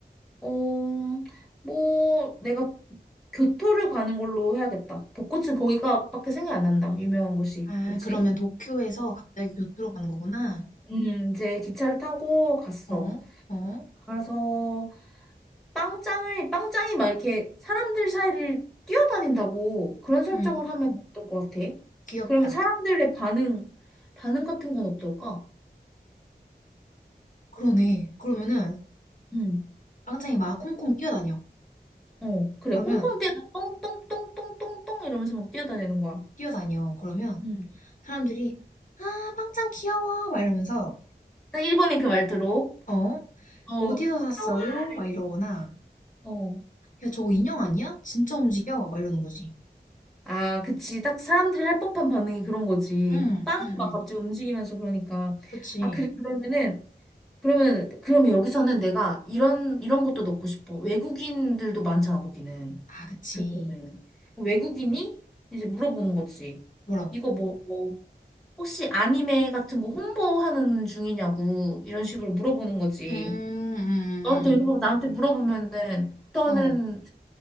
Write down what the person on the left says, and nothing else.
아,
그러면 도쿄에서 갑자기 교토로 가는 거구나.
어? 어?
응.
귀엽다.
그러네. 그러면은
빵짱이 막 콩콩 뛰어다녀.
그러면
뛰어다녀. 그러면
사람들이 아, 빵짱 귀여워. 막 이러면서
어?
어디서
샀어요?
막 이러거나
야, 저거 인형 아니야? 진짜 움직여? 막 이러는 거지.
응,
응응.
그치.
아, 그치.
뭐라고?
음, 음,
음. 어.